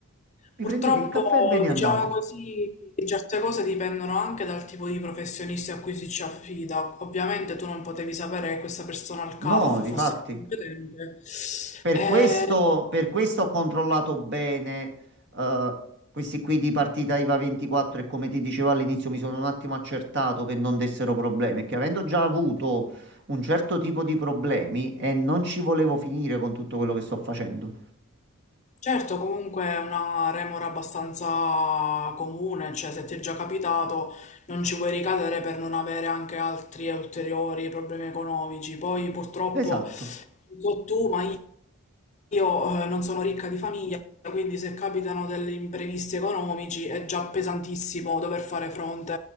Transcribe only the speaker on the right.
vi
prendete il caffè e ve ne
andate.
No, difatti.
Per
questo, per questo ho controllato bene eh, questi qui di partita IVA 24 e come ti dicevo all'inizio mi sono un attimo accertato che non dessero problemi, che avendo già avuto un certo tipo di problemi e non ci volevo finire con tutto quello che sto facendo.
Esatto.